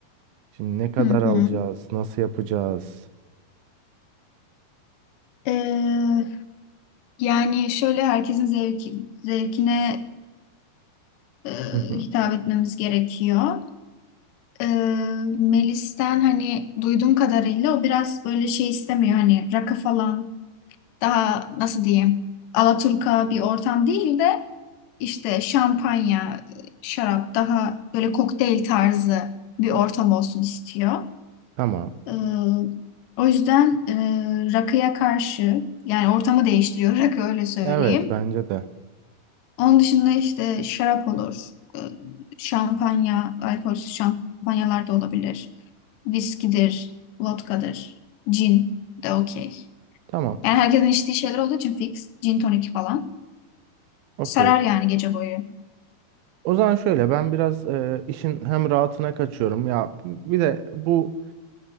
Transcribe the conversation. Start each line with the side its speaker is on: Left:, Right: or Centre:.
Right: Şimdi ne kadar
Left: hı hı.
Right: alacağız? Nasıl yapacağız?
Left: E, yani şöyle herkesin zevki, zevkine e,
Right: Hı hı.
Left: hitap etmemiz gerekiyor. E, Melis'ten hani duyduğum kadarıyla o biraz böyle şey istemiyor hani rakı falan daha nasıl diyeyim Alaturka bir ortam değil de işte şampanya, e, şarap daha böyle kokteyl tarzı bir ortam olsun istiyor.
Right: Tamam.
Left: E, o yüzden e, rakıya karşı yani ortamı değiştiriyor <laughs> rakı öyle söyleyeyim.
Right: Evet bence de.
Left: Onun dışında işte şarap olur, e, şampanya, alkolsüz şampanyalar da olabilir. Viskidir, vodkadır, cin de okey.
Right: Tamam.
Left: Yani herkesin içtiği şeyler olduğu için fix, cin tonik falan.
Right: Okey.
Left: Sarar yani gece boyu.
Right: O zaman şöyle ben biraz eee, işin hem rahatına kaçıyorum. Ya bir de bu